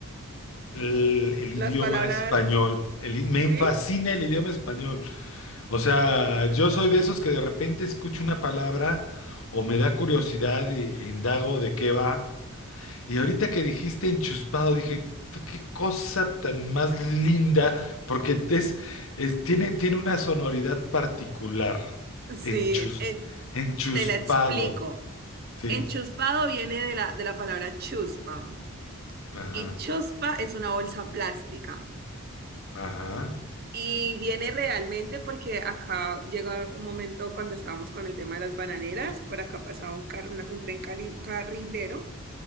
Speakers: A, on the left; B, on the right.
A: el, el
B: Las
A: idioma
B: palabras,
A: español, el i- me
B: ¿sí?
A: fascina el idioma español. O sea, yo soy de esos que de repente escucho una palabra o me da curiosidad y- e indago de qué va. Y ahorita que dijiste enchuspado, dije, "Puta, qué cosa tan más linda, porque te es, es- tiene, tiene una sonoridad particular.
B: Sí,
A: Enchus,
B: eh,
A: enchuspado.
B: te la explico.
A: Sí.
B: Enchuspado viene de la, de la palabra chuspa
A: Ajá.
B: y chuspa es una bolsa plástica.
A: Ajá.
B: Y viene realmente porque acá llega un momento cuando estábamos con el tema de las bananeras, por acá pasaba un, car- una- un tren cali- carrilero